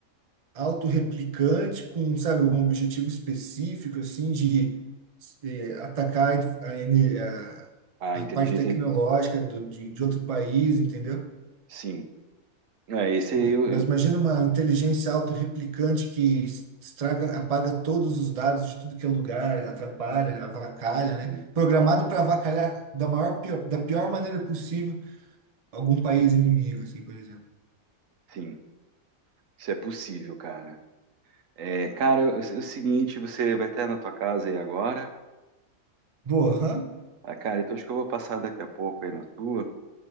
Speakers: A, on the right; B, on the right.
A: autorreplicante, com, sabe, um objetivo específico, assim, de eh, atacar a, ene- a-
B: a
A: a
B: inteligência,
A: parte tecnológica do- de, de outro país, entendeu?
B: sim. É, esse aí
A: Ma-
B: eu,
A: Mas imagina
B: eu-
A: uma inteligência autorreplicante que es- estraga, apaga todos os dados de tudo que é lugar, atrapalha, avacalha, né?
B: sim,
A: Programado para avacalhar da maior, pior- da pior maneira possível algum país inimigo, assim, por exemplo.
B: sim, isso é possível, cara. É, cara, eu- eu- é o seguinte, você vai estar na tua casa aí agora?
A: Boa, aham.
B: Ah, cara, então acho que eu vou passar daqui a pouco aí na tua.